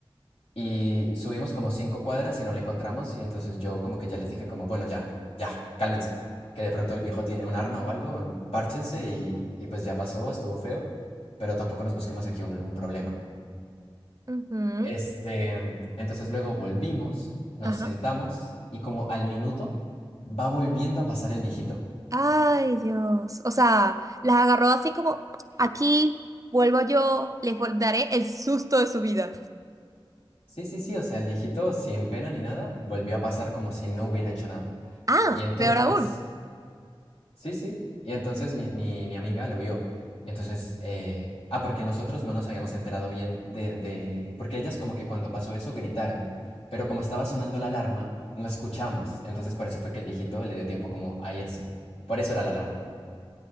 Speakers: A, on the left; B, on the right.
A: Y subimos como cinco cuadras y no lo encontramos y entonces yo como que ya les dije como, bueno, ya, ya, cálmense, que de pronto el viejo tiene un arma o algo, párchense y, y pues ya pasó, estuvo feo, pero tampoco nos busquemos aquí un un problema.
B: ujú,
A: Este, entonces luego volvimos, nos
B: Ajá.
A: sentamos y como al minuto va volviendo a pasar el viejito.
B: Ay, Dios. O sea, las agarró así como, aquí vuelvo yo, les vol- daré el susto de su vida.
A: Sí, sí, sí, o sea, el viejito sin pena ni nada volvió a pasar como si no hubiera hecho nada.
B: Ah,
A: Y entonces,
B: Peor aún.
A: sí, sí, y entonces mi, mi, mi amiga lo vio. Y entonces, eh, ah, porque nosotros no nos habíamos enterado bien de, de, porque ellas como que cuando pasó eso gritaron, pero como estaba sonando la alarma, no escuchamos. Entonces por eso fue que el viejito le dio tiempo como a irse. Por eso era la alarma.